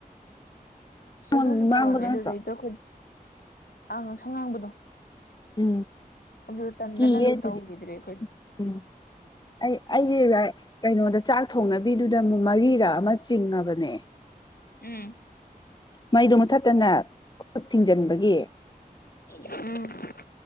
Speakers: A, on the left; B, on the left.
A: ꯑꯗꯨꯁꯨ
B: ꯉꯥꯡꯕꯗꯣ
A: ꯇꯧꯔꯝꯃꯦ ꯑꯗꯨꯗꯩꯗꯣ
B: ꯅꯠꯇ꯭ꯔꯣ
A: ꯑꯩꯈꯣꯏ ꯑꯉꯥꯡꯁꯪ ꯉꯥꯡꯕꯗꯣ
B: ꯎꯝ
A: ꯑꯗꯨ ꯇꯟꯗꯅ
B: ꯀꯤꯌꯦ
A: ꯑꯗꯨꯝ
B: ꯑꯗꯨꯗꯤ
A: ꯇꯧꯈꯤꯗ꯭ꯔꯦ ꯑꯩꯈꯣꯏ
B: ꯎꯝ ꯑꯩ ꯑꯩꯒꯤ ꯔꯥꯏꯠ ꯀꯩꯅꯣꯗ ꯆꯥꯛ ꯊꯣꯡꯅꯕꯤꯗꯨꯗ ꯑꯃꯨꯛ ꯃꯔꯤꯔꯛ ꯑꯃ ꯆꯤꯡꯉꯕꯅꯦ
A: ꯎꯝ
B: ꯃꯩꯗꯨ ꯃꯨꯊꯠꯇꯅ ꯈꯨꯠ ꯊꯤꯡꯖꯤꯟꯕꯒꯤ
A: ꯎꯝ